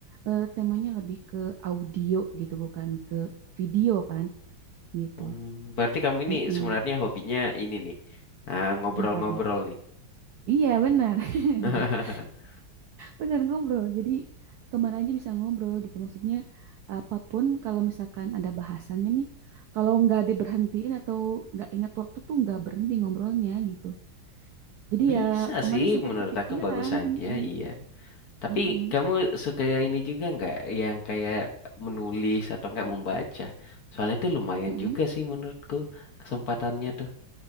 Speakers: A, on the right (about 80°); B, on the left (about 55°).
A: eh, temanya lebih ke audio gitu, bukan ke video kan gitu.
B: Hmm, berarti kamu ini
A: Mm-mm.
B: sebenarnya hobinya ini nih. ah, ngobrol-ngobrol
A: Apa nih?
B: nih.
A: Iya, bener.
B: <laughs>
A: <laughs> Bener ngobrol. Jadi kemana aja bisa ngobrol gitu. Maksudnya apapun kalau misalkan ada bahasannya nih, kalau nggak diberhentiin atau nggak ingat waktu tuh nggak berhenti ngobrolnya gitu. Jadi
B: Bisa
A: ya kemarin
B: sih,
A: sempat
B: menurut
A: kepikiran.
B: aku bagus saja,
A: Mm-mm.
B: iya. Tapi
A: Mm-mm.
B: kamu suka ini juga nggak yang kayak menulis atau nggak membaca? Soalnya itu lumayan
A: Mm-mm.
B: juga sih menurutku kesempatannya tuh.